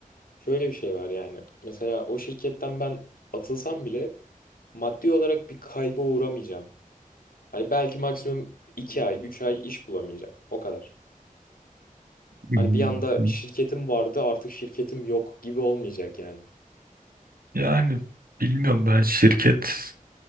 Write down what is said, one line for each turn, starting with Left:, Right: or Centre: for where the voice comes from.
Left: Şöyle bir şey var yani. Mesela o şirketten ben atılsam bile maddi olarak bir kayba uğramayacağım. Hani belki maksimum 2 ay, 3 ay iş bulamayacağım. O kadar.
Right: <laughs>
Left: Hani bir anda şirketim vardı artık şirketim yok gibi olmayacak yani.
Right: Yani bilmiyorum ben şirket